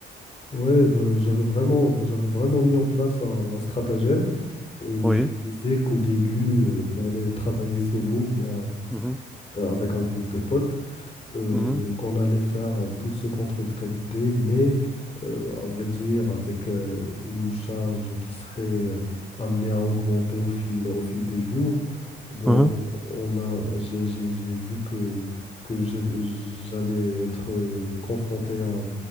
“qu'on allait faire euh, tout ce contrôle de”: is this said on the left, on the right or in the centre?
Left